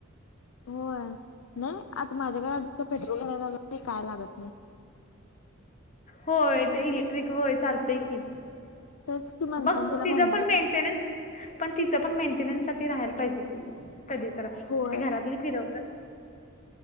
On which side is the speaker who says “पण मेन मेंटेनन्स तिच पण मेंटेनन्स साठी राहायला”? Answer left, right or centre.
Left